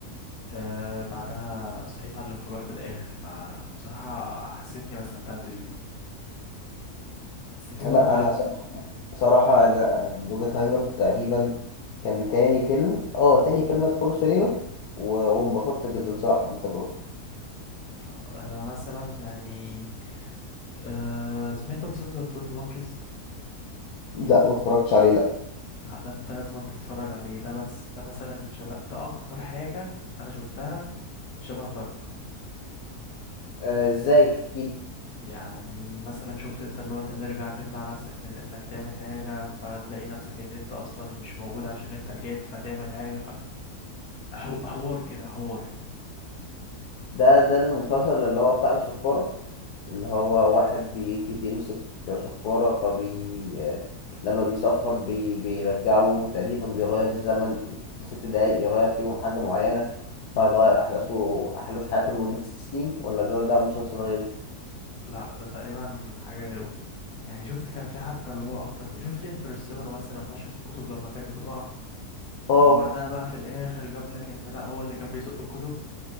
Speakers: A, on the left; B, on the left.
A: آه بعدها صحيت على الانفجار في الاخر فبصراحة حسيتني ما استمتعتش بيه بس في برضه
B: لا
A: حاجة
B: انا صراحة صراحة لا يعني اوبنهايمر تقريبا كان تاني فيلم اه تاني فيلم ادخله سينما و- وانبسطت جدا صراحة بالتجربة
A: مم، انا مثلا يعني آه سمعت مسلسل 12 مونكيز
B: لا ما اتفرجتش عليه لا
A: لا ده انت لازم أن تتفرج عليه ده بس ده لا مثلا شبه ده اكتر حاجة انا شفتها شبه دارك
B: آه، ازاي احكي لي
A: يعني مثلا شفت انت اللي هو انت ترجع تمنع نفسك من انك تعمل حاجة فتلاقي نفسك ان انت اصلا مش موجود عشان انت رجعت فتعمل حاجة فحوار كده حوار
B: ده ده المسلسل اللي هو بتاع الصفارة اللي هو واحد بيجي بيمسك صفارة فبي لما بيصفر بي... بيرجعه تقريبا بيغير الزمن ست دقايق يغير فيهم حاجة معينة فهيغير أحداثه أحداث حياته لمدة ست سنين ولا ده ده مسلسل غيره؟
A: لا ده تقريبا حاجة غيره يعني شفت كان في حبكة اللي هو اكتر شفت انترستيلر مثلا مشهد الكتب لما كانت بتقع
B: اه
A: وبعدها بقى في الاخر جاب لك ان لا هو اللي كان بيزق الكتب